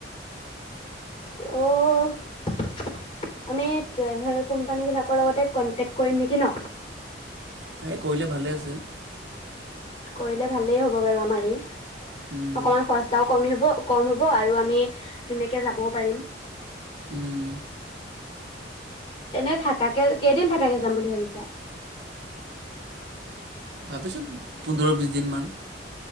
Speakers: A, on the left; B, on the right.
A: ত' আমি ট্ৰেভেল কোম্পানী বিলাকৰ লগতে কনটেক্ট কৰিম নেকি ন
B: তাই কৰিলে ভালে আছে
A: কৰিলে ভালেই হ'ব বাৰু আমাৰ এই
B: উম
A: অকমান খৰচাঁও কমিব কম হ'ব আৰু আমি, তেনেকৈ যাব পাৰিম
B: উম
A: এনে থাকাকে কেইদিন থাকাকে যাম বুলি ভাবিছা
B: ভাবিছো পোন্ধৰ বিশ দিন মান